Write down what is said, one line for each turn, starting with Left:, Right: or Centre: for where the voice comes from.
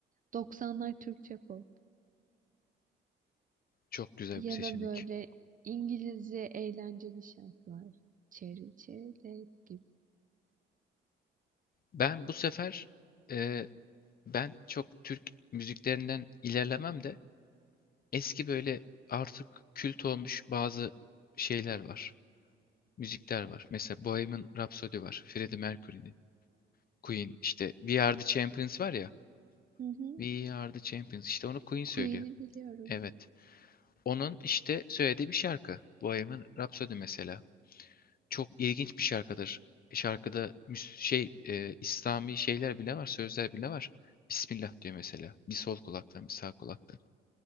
Right: 90'lar Türkçe pop
Left: Çok güzel
Right: ya
Left: bir seçenek.
Right: da böyle İngilizce eğlenceli şarkılar. Cherry Cherry Lady gibi.
Left: Ben bu sefer e, ben çok Türk müziklerinden ilerlemem de eski böyle artık kült olmuş bazı şeyler var. Müzikler var. Mesela Bohemian Rhapsody var. Freddie Mercury'nin. Queen işte We Are The Champions var ya.
Right: Hı hı.
Left: We Are The Champions. İşte onu Queen söylüyor.
Right: Queen'i biliyorum.
Left: Evet. Onun işte söylediği bir şarkı. Bohemian Rhapsody mesela. Çok ilginç bir şarkıdır. E, Şarkıda müs- şey e, İslami şeyler bile var, sözler bile var. Bismillah diyor mesela. Bir sol kulaktan, bir sağ kulaktan.